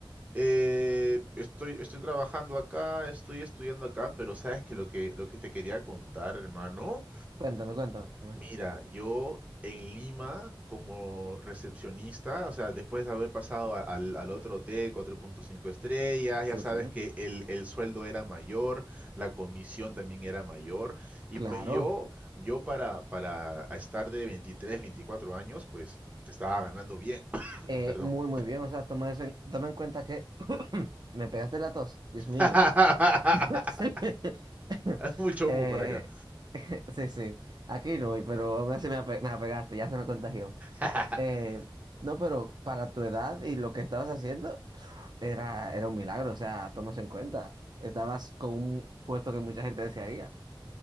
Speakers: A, on the right (about 15°); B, on the right (about 55°).
A: Eh, estoy, estoy trabajando acá, estoy estudiando acá, pero sabes que lo que, lo que te quería contar, hermano,
B: Cuéntame, cuéntame.
A: Mira, yo en Lima como recepcionista, o sea, después de haber pasado a- al, al otro hotel, 4.5 estrellas,
B: Sí,
A: ya sabes
B: sí.
A: que el, el sueldo era mayor, la comisión también era mayor, y
B: Claro.
A: pues yo, yo para, para estar de 23, 24 años, pues estaba ganando bien, <clears throat>
B: Eh,
A: perdón.
B: muy, muy bien. O sea, toma eso en, toma en cuenta que <clears throat> me pegaste la tos, Dios mío.
A: <laughs>
B: <laughs>
A: Mucho humo
B: Eh,
A: por acá.
B: <laughs> sí, sí. Aquí no, pero aún así me, ape- me apegaste, ya se me contagió.
A: <laughs>
B: Eh, no, pero para tu edad y lo que estabas haciendo, pf, era, era un milagro. O sea, toma eso en cuenta. Estabas con un puesto que mucha gente desearía.